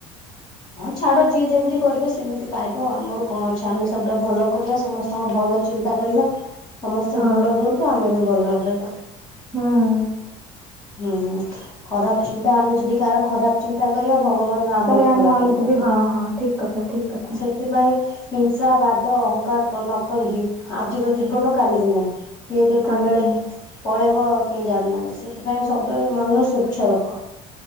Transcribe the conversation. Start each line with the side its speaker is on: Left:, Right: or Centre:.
Left: ହଁ ଛାଡ ଯିଏ ଯେମିତି କରିବେ ସେମିତି ପାଇବ ଆମର କଣ ଅଛି ଆମେ ସବୁବେଳେ ଭଲ କରିବା ସମସ୍ତଙ୍କ ଭଲ ଚିନ୍ତା। କରିବା ସମସ୍ତେ
Centre: ହଁ
Left: ଭଲରେ ରୁହନ୍ତୁ ଆମେ ବି ଭଲରେ ରହିବା।
Centre: ହଁ
Left: ହୁଁ ଖରାପ ଚିନ୍ତା ଆମେ ଯଦି କାହାର ଖରାପ ଚିନ୍ତା କରିବା ଭଗବାନ ଆମର
Centre: ତାହେଲେ ଆମ
Left: ଖରାପ।
Centre: ଆମକୁ
Left: ଚିନ୍ତା
Centre: ବି
Left: କରିବେ
Centre: ହଁ ହଁ ଠିକ୍ କଥା ଠିକ୍ କଥା।
Left: ସେଥିପାଇଁ ହିଂସା ବାଦ ଅହଂଙ୍କାର କ ନକରିକି ଆଜିର ଜୀବନ କାଲିକି ନାହିଁ। କିଏ କେତେବେଳେ
Centre: କାଲିକି
Left: ପଳେଇବ କେହି ଜାଣିନାହାନ୍ତି ସେଥିପାଇଁ ସବୁବେଳେ ମନ ସ୍ଵଚ୍ଛ ରଖ।